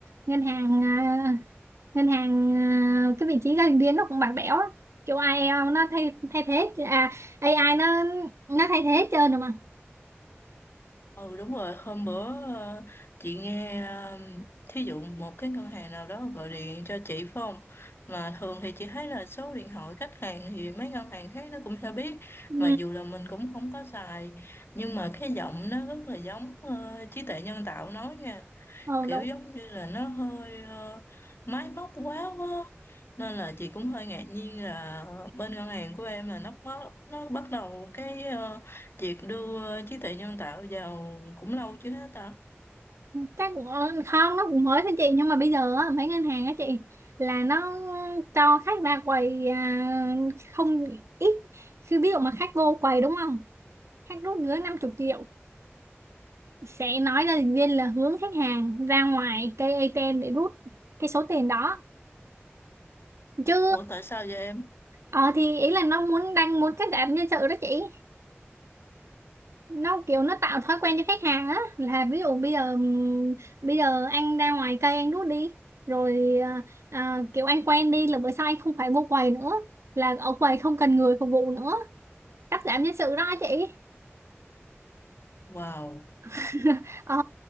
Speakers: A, on the right (about 75°); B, on the left (about 55°).
A: ngân hàng ờ, ngân hàng ờ, cái vị trí giao dịch viên nó cũng bạc bẽo á kiểu ai eo nó thay thay thế à AI nó nó thay thế hết trơn rồi mà
B: Ừ đúng rồi, hôm bữa ờ, chị nghe ờ, thí dụ một cái ngân hàng nào đó gọi điện cho chị phải không? Mà thường thì chị thấy là số điện thoại khách hàng thì mấy ngân hàng khác nó cũng sẽ biết
A: ừ,
B: mặc dù là mình cũng không có xài nhưng mà cái giọng nó rất là giống ờ, trí tuệ nhân tạo nói nha
A: ừ,
B: kiểu
A: đúng
B: giống như là nó hơi ờ, máy móc quá quá nên là chị cũng hơi ngạc nhiên là bên ngân hàng của em là nó nó, nó bắt đầu cái ờ, việc đưa trí tuệ nhân tạo vào cũng lâu chưa hết ta
A: chắc cũng ờ, không nó cũng mới thôi chị nhưng mà bây giờ á, mấy ngân hàng á chị là nó cho khách ra quầy à, không ít khi ví dụ mà khách vô quầy đúng không khách rút dưới 50 triệu sẽ nói ra dịch viên là hướng khách hàng ra ngoài cây ATM để rút cái số tiền đó chứ
B: ủa tại sao vậy em
A: ờ thì ý là nó muốn đang muốn cắt giảm nhân sự đó chị nó kiểu nó tạo thói quen cho khách hàng á là ví dụ bây giờ ừm, bây giờ anh ra ngoài cây anh rút đi rồi à, à, kiểu anh quen đi là bữa sau anh không phải mua quầy nữa là ở quầy không cần người phục vụ nữa cắt giảm nhân sự đó chị
B: wow
A: <laughs> ờ